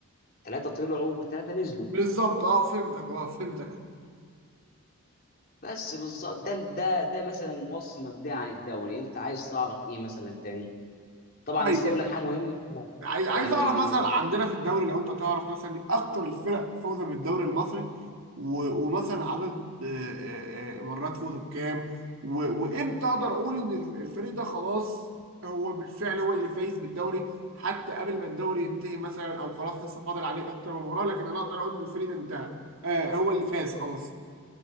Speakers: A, on the left; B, on the right.
A: ثلاثه طلعوا وثلاثه نزلوا
B: بالظبط اه فهمتك اه فهمتك
A: بس بالظبط ده ده ده مثلا وصف مبدئي عن الدوري انت عايز تعرف ايه مثلا تاني طبعا
B: طيب
A: استولى
B: يعني
A: حاجه مهمه
B: عاي- عايز
A: ان
B: اعرف
A: ان
B: مثلا
A: في
B: عندنا في الدوري لو انت تعرف مثلا اكتر الفرق فوزا بالدوري المصري و- ومثلا عدد آه، آه، آه، مرات فوزه بكام و- وامتى اقدر اقول ان الفريق ده خلاص هو بالفعل هو اللي فايز بالدوري حتى قبل ما الدوري ينتهي مثلا او خلاص لسه فاضل عليه اكتر من مباراه لكن انا اقدر اقول ان الفريق ده انتهى آه هو اللي فاز خلاص